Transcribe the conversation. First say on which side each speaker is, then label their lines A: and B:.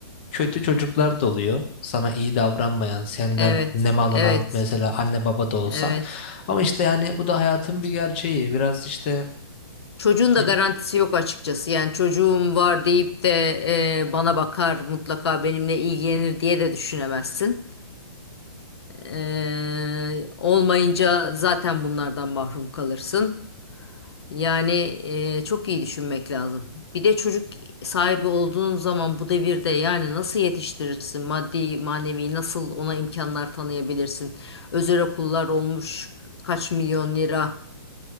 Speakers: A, on the left (about 25°); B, on the left (about 85°).
A: kötü çocuklar da oluyor. Sana iyi davranmayan, senden
B: Evet,
A: nemalanan
B: evet,
A: mesela anne baba da olsan.
B: evet.
A: Ama işte yani bu da hayatın bir gerçeği. Biraz işte
B: Çocuğun da
A: Hı.
B: garantisi yok açıkçası. Yani çocuğum var deyip de e, bana bakar, mutlaka benimle ilgilenir diye de düşünemezsin. E, olmayınca zaten bunlardan mahrum kalırsın. Yani e, çok iyi düşünmek lazım. Bir de çocuk sahibi olduğun zaman bu devirde yani nasıl yetiştirirsin? Maddi, manevi nasıl ona imkanlar tanıyabilirsin? Özel okullar olmuş kaç milyon lira.